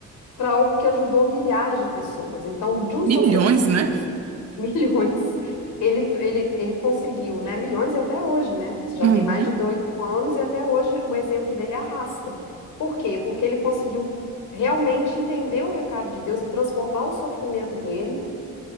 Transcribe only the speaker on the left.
para algo que ajudou milhares de pessoas. Então, de um
sofrimento
dele, <laughs> milhões, ele, ele, ele conseguiu, né? Milhões e até hoje, né? Isso Já
tem mais de dois mil anos e até hoje o exemplo dele arrasta. Por quê? Porque ele conseguiu realmente entender o recado de Deus e transformar o sofrimento dele